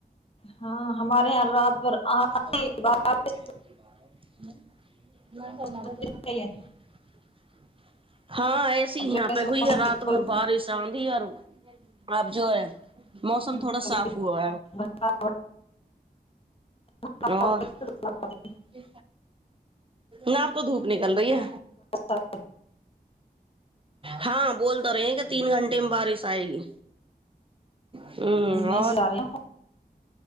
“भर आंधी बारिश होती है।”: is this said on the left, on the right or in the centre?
Left